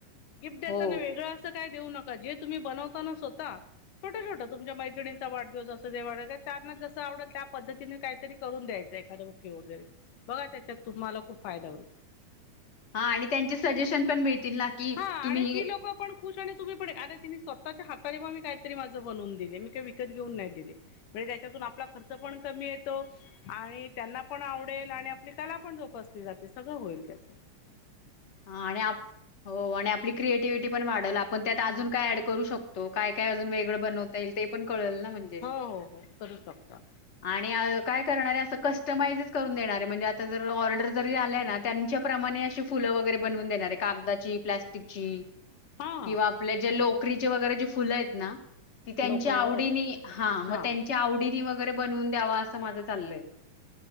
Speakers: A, on the left; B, on the left.
A: गिफ्ट देताना
B: हो.
A: वेगळं असं काय देऊ नका, जे तुम्ही बनवताना स्वता छोटं छोटं तुमच्या मैत्रिणीचा वाढदिवस असूदे, जे वाढत त्यांना जसं आवडेल त्या पद्धतीने काहीतरी करून द्यायचं. बुके, वगैरे बघा त्याच्यात तुम्हाला खूप फायदा होईल.
B: हा आणि त्यांचे सजेशन पण मिळतील ना, की
A: हा
B: तुम्ही
A: आणि ती लोक पण खुश आणि तुम्ही पप अग तीने स्वतःच्या हाताने बा मी काहीतरी माझं बनवून दिले, मी काही विकत घेऊन नाही दिले. म्हणजे त्याच्यातून आपला खर्च पण कमी येतो, आणि त्यांना पण आवडेल, आणि आपली कला पण जोपासली जाते, सगळं होईल त्याच.
B: हा, आणि हो आणि आपली क्रिएटिव्हिटी पण वाढल, आपण त्यात अजून काय ऍड करू शक तो, काय काय अजून वेगळं बनवता येईल, ते पण कळेल ना म्हणजे.
A: हो हो हो करू शकता.
B: आणि काय करणारे, असं कस्टमाइजच करून देणारे, म्हणजे आता जर ऑर्डर जरी आल्या ना, त्यांच्या प्रमाणे अ फुलं वगैरे बनवून देणारे, कागदाची, प्लस्टिकची
A: हा
B: किंवा
A: हा,
B: आपले जे, लोकरीचे वगैरे जे फुलंयेत ना, ती त्यांच्या
A: लोकर
B: आवडीनी
A: बरोबर
B: हां मग
A: हा
B: त्यांन च्या आवडीने वगैरे, बनवून द्यावा, असं माझं चालय.